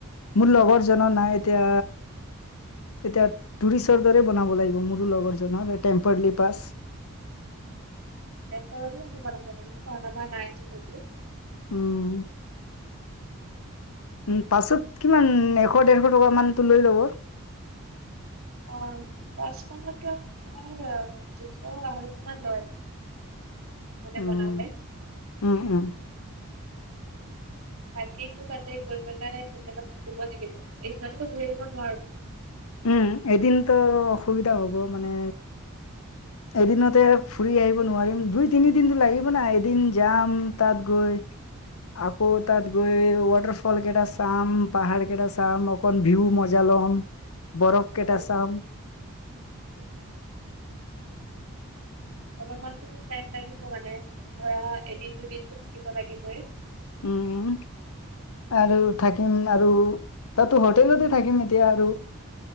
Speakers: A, on the left (about 75°); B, on the right (about 75°).
A: মোৰ লগৰ জনৰ নাই এতিয়া এতিয়া টুৰিষ্টৰ দৰে বনাব লাগিব মোৰো লগৰ জনৰ টেম্পাৰলি পাছ <unintelligible>
B: এপাবাৰ আ মং নেক কণ পানাইক ককো <unintelligible>
A: উম উ পাছত কিমান এশ ডৰশ টকা মানতটো লৈ লব
B: অ কাজখনতো আৰু তোমাৰ জুন আঢ়ৈশমান লয়।
A: <unintelligible>
B: তানে
A: উম,
B: বনালে
A: উম, উম,
B: বাকী তাতে গৈ পেলাই হোটেলত থাকিব লাগিব এইদিনাতো ঘূৰি আহিব নোৱাৰো
A: উম এদিনতো অসুবিধা হ'ব মানে এদিনতে ফুৰি আহিব নোৱাৰিম দুই তিনিদিনতো লাগিব না এদিন যাম তাত গৈ। আকৌ তাত গৈ ৱাটাৰ ফল কেইটা চাম পাহাৰ কেইটা চাম অক ভিউ মজা ল ল বৰফ কেটা
B: অ অ
A: চাম
B: উম উম অলমানতো টাইম লাগিব মানে ধৰা এদিন দুদিনতটো থাকিব লাগিবই
A: উম আৰু থাকিম আৰু তাতো হোটেলতে থাকিম এতিয়া আৰু